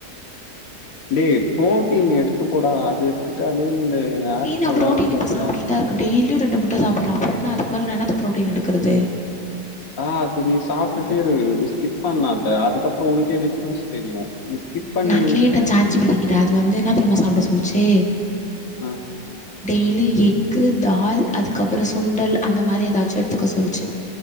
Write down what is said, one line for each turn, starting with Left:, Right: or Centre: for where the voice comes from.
Left: டே புரோட்டீன் எடுத்துக்கோடா அது எடுத்துட்டாலேயே இந்த ஏர்
Centre: இது
Left: ஃபால்லா
Centre: ப்ரோட்டீன்
Left: இருக்காதுடா
Centre: இப்ப சாப்ட்டுட்டு தா இருக்கே டெய்லியு ரெண்டு முட்ட சாப்ட்ற அப்பறோ என்ன அதுக்கு மேல நா என்னத்த ப்ரோட்டீன் எடுக்குறது
Left: ஆ அது நீ சாப்ட்டுட்டே இரு ஸ்கிப் பண்ணாத அதுக்கப்பறோ உனக்கே டிஃப்ரென்ஸ் தெரியு நீ ஸ்கிப் பண்ணி
Centre: நா
Left: விட்ட
Centre: கேட்டே சேட் ஜிபிக்கிட்டே அது வந்து என்ன தெர்மா சாப்ட சொல்லிச்சு
Left: ஆ
Centre: டெய்லி எக்கு தால் அதுக்கப்பறோ சுண்டல் அந்த மாதிரி ஏதாச்சு எடுத்துக்க சொல்லிச்சு